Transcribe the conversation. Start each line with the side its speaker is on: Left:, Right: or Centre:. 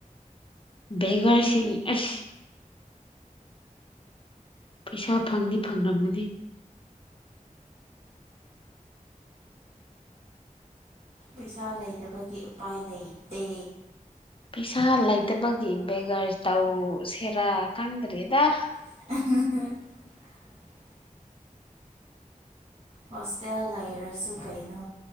Left: ꯦꯒꯔꯁꯤ ꯑꯁ ꯄꯩꯁꯥ ꯐꯪꯗꯤ ꯐꯪꯂꯝꯝꯒꯅꯤ
Right: ꯄꯩꯁꯥ ꯂꯩꯗꯕꯒꯤ ꯎꯄꯥꯏ ꯂꯩꯇꯦ
Left: ꯄꯩꯁꯥ ꯂꯩꯇꯕꯒꯤ ꯦꯒꯔ ꯇꯧ ꯁꯦꯔ ꯀꯪꯗ꯭꯭ꯔꯔꯤꯗ
Right: <unintelligible> ꯍꯣꯁꯇꯦꯜ ꯂꯩꯔꯁꯨ ꯀꯩꯅꯣ